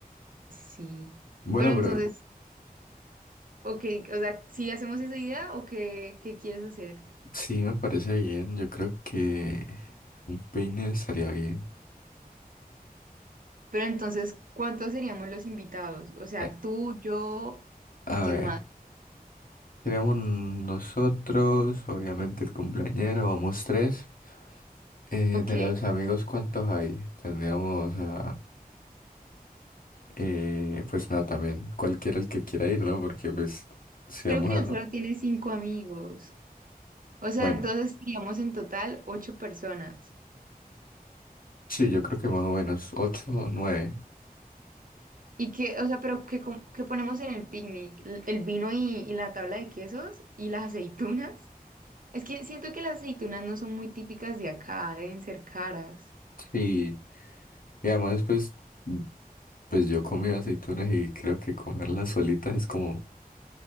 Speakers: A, on the right (about 60°); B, on the left (about 65°).
A: Sí.
B: Bueno,
A: Pero entonces,
B: pero
A: ok, o sea, si hacemos esa idea o qué, qué quieres hacer?
B: sí me parece bien, yo creo que un peine estaría bien.
A: Pero entonces, ¿cuántos seríamos los invitados? O sea,
B: Eh,
A: tú, yo
B: a
A: y quién
B: ver.
A: más.
B: Seríamos nosotros, obviamente el cumpleañero, vamos tres. Eh,
A: Ok.
B: de los amigos, ¿cuántos hay? Tendríamos a... eh, pues nada, también cualquiera el que quiera ir, ¿no? Porque pues si
A: Creo
B: vamos
A: que
B: a...
A: él solo tiene cinco amigos. O sea,
B: Bueno,
A: entonces seríamos en total ocho personas.
B: sí, yo creo que más o menos ocho o nueve.
A: Y que, o sea, pero ¿qué, com- qué ponemos en el picnic? L- El vino y, y la tabla de quesos y las aceitunas. Es que siento que las aceitunas no son muy típicas de acá, deben ser caras.
B: Sí, y además pues, mm, pues yo comí aceitunas y creo que comerlas solitas es como